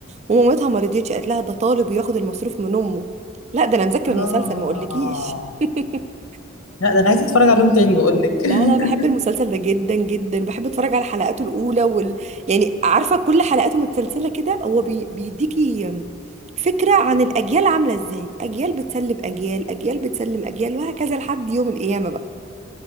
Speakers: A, on the right; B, on the left.
A: ومامتها ما رضيتش قالت لها ده طالب وياخد المصروف من امه لا ده انا مذاكره
B: اه
A: المسلسل ما اقولكيش <laughs>
B: لا ده انا عايزه اتفرج عليهم تاني بقول لك
A: لا لا بحب
B: <laughs>
A: المسلسل ده جدا جدا بحب اتفرج على حلقاته الاولى وال... يعني عارفه كل حلقاته متسلسله كده هو بي... بيديكي فكره عن الاجيال عامله ازاي اجيال بتسلم اجيال اجيال بتسلم اجيال وهكذا لحد يوم القيامه بقى